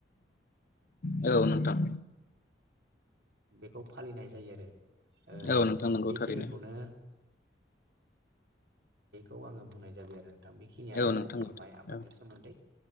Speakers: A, on the left; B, on the right.
A: औ नोंथां
B: दे अ
A: औ नोंथां नंगौ
B: बेखिनिखौनो
A: थारैनो
B: औ बेखिनियानो
A: औ नोंथां
B: जोंनि
A: औ
B: माइ आबादनि
A: औ
B: सोमोन्दै